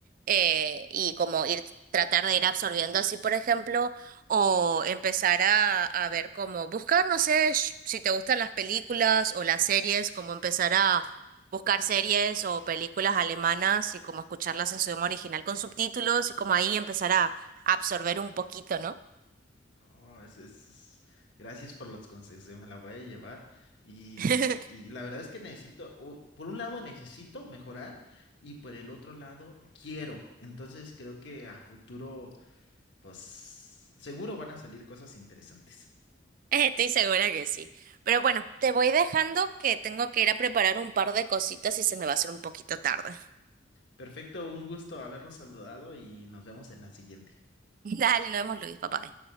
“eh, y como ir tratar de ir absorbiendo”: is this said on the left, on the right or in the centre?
Right